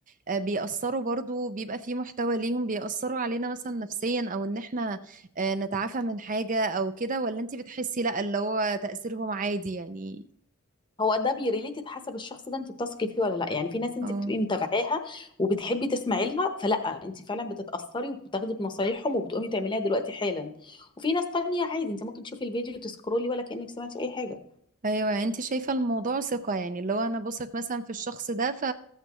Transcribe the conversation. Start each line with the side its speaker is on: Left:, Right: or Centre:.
Right: آه، بيأثروا برضو بيبقى في محتوى ليهم بيأثروا علينا مثلا نفسيا او ان احنا آه، نتعافى من حاجة او كده ولا انتي بتحسي لا اللي هو تأثيرهم عادي يعني
Left: هو ده بيريليتد حسب الشخص ده انت بتثقي فيه ولا لا يعني في ناس انت
Right: اه
Left: بتبقي متابعاها وبتحبي تسمعي لها فلا انت فعلا بتتأثري وبتاخدي بنصايحهم وبتقومي تعمليها دلوقتي حالا وفي ناس تانية عادي انت ممكن تشوفي الفيديو تسكرولي ولا كأنك سمعتي اي حاجة
Right: ايوه يعني انت شايفه الموضوع ثقه يعني اللي هو انا بثق مثلا في الشخص ده ف...